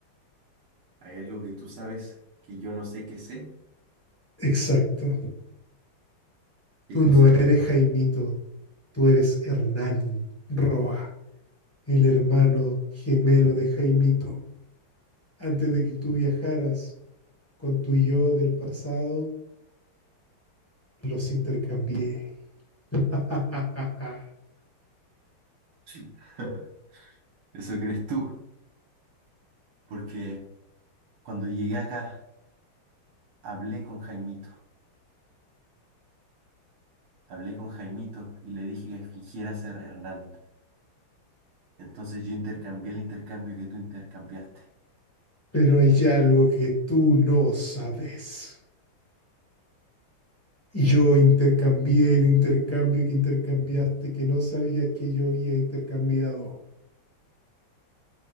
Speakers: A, on the right; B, on the left.
A: Hay algo que tú sabes que yo no sé qué sé.
B: Exacto.
A: ¿Qué
B: Tú
A: cosa?
B: no eres Jaimito, tú eres Hernán Roa, el hermano gemelo de Jaimito. Antes de que tú viajaras con tu yo del pasado, los intercambié. <laughs>
A: <laughs> Eso crees tú, porque cuando llegué acá hablé con Jaimito, hablé con Jaimito y le dije que fingiera ser Hernán. Entonces yo intercambié el intercambio que tú intercambiaste.
B: Pero hay algo que tú no sabes. Yo intercambié el intercambio que intercambiaste que no sabías que yo había intercambiado.